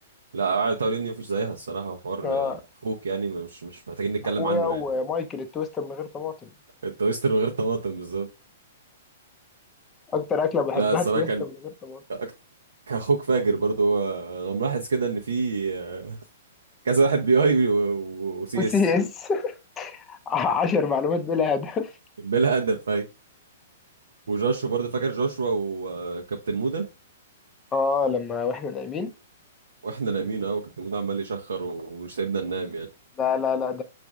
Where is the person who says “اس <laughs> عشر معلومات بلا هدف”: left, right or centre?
Left